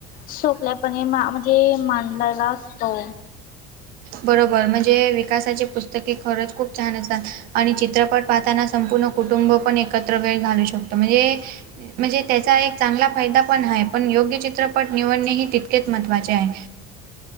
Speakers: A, on the left; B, on the right.
A: सोकल्यापणे म्हणजे मांडलेला असतो
B: बरोबर म्हणजे विकासाची पुस्तके खरंच खूप छान असात आणि चित्रपट पाहताना संपूर्ण कुटुंब पण एकत्र वेळ घालू शकतो म्हणजे म्हणजे त्याचा एक चांगला फायदा पण आहे पण योग्य चित्रपट निवडणे ही तितकेच महत्वाचे आहे